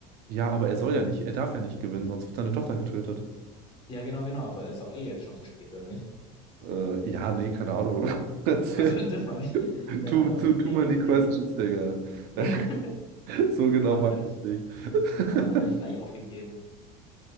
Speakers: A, on the right; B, on the left.
A: Ja, aber er soll ja nicht, er darf ja nicht gewinnen, sonst wird seine Tochter getötet.
B: Ja, genau, genau. Aber ist auch eh jetzt schon zu spät, oder nicht?
A: Äh, ja, nee, keine Ahnung. <laughs> Erzähl.
B: Also, <laughs> das meine ich. Wenn
A: Too,
B: der andere
A: too,
B: schon
A: too
B: eh
A: many
B: aufgegeben
A: questions,
B: hat.
A: Digga.
B: <laughs>
A: <laughs> So genau
B: Warum hat
A: weiß
B: er denn nicht,
A: ich nicht. <laughs>
B: warum hat er denn nicht gleich aufgegeben?